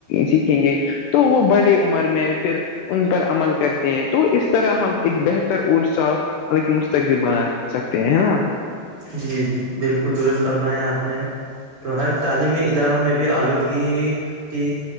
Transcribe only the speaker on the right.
جی بالکل درست فرمایا آپ نے تو ہر تعلیمی اداروں میں بھی آلودگی کی